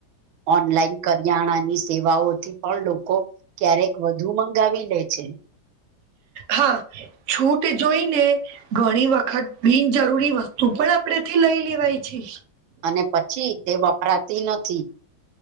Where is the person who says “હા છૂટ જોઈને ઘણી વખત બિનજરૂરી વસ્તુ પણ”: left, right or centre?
Right